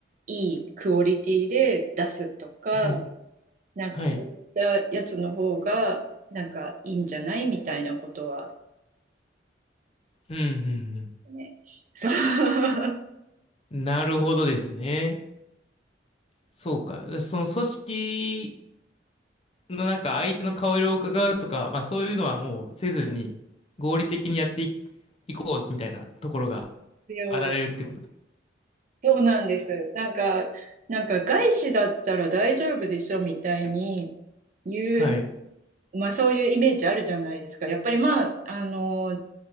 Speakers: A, on the right; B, on the left.
A: いいクオリティで出すとか、
B: はい。
A: なんかそういったやつの方がなんかいいんじゃないみたいなことは
B: はい。うんうん
A: ね、そう、<laughs>
B: うん。なるほどですね。そうか。その組織のなんか相手の顔色を伺うとか、まあそういうのはもうせずに合理的にやってい、いこうみたいなところが
A: 必要
B: あられるってこと。
A: そうなんです。なんか、なんか外資だったら大丈夫でしょみたいに言
B: はい。
A: う、まあそういうイメージあるじゃないですか。やっぱりまあ、あの、